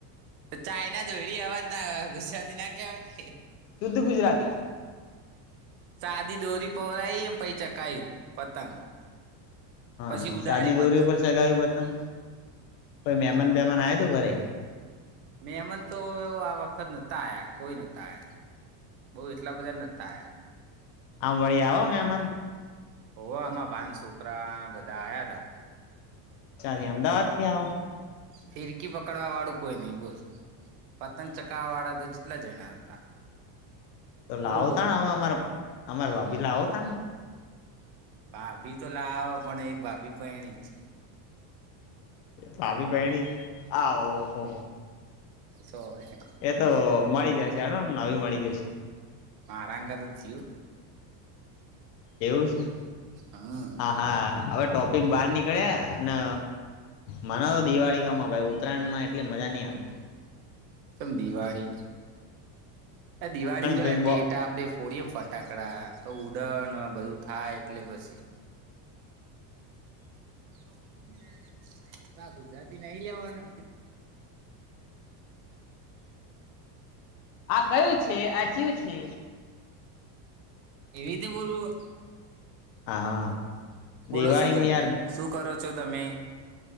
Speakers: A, on the right; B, on the left.
A: તો ચાયના દોડી અવાજ ના ગુજરાતી ના કવાય ને
B: શુદ્ધ ગુજરાતી
A: સાદી દોરી પહરાઈ એમ પછ ચકાયું પતંગ
B: હા
A: પછી ઉડાડી
B: સાદી દોરી
A: પતંગ
B: ઉપર ચગાવું પતંગ કોઈ મહેમાન બેમાન આ તુ ઘરે
A: મેમન તો આ વખત નહતા આ્યા કોઈ નહતા આયા બઉ એટલા બધા નતા
B: આમ વળી આવો મહેમાન
A: ઓ આમાં ભાન છોકરા બધા આયા હતા.
B: ચા અમદાવાદ થી આવો
A: ફિરકી પકડવા વાળું કોઈ નહી બોલ પતંગ ચકાવા વાળા તો જેટલા જણા હતા.
B: તો લાવો
A: બઉ લોકો
B: તા હવે અમારે અમાર ભાભી લાવો તા ને
A: ભાભી તો લાવ પણ એક ભાભી પણણી
B: ભાવી ભણી આહ હો
A: સોય
B: એતો મળી જશે એ મળી જશે.
A: આરામ કરત થયુ.
B: એવું છે
A: હમ
B: હા હા હવે ટોપિક બાર નીકળે અને મના તો દિવાળી ગામમાં ભ ઉત્તરાયણ માં એટલી મજા નહી, આવે
A: કેમ દિવાળી દિવાળી તો
B: ભ
A: લે ટેટા
B: બ
A: આપડે ફોડિયા ન ફટાકડા તો ઉડન બધું થાય એટલે પછી. <unintelligible> ગુજરાતી નઈ લેવાનુ
B: આ કયું છે, આ છે.
A: એવી રીતે બોલવું
B: હા
A: બોલો
B: દિવાળીમાં
A: સુજલ
B: યાર
A: શું કરો છો તમે?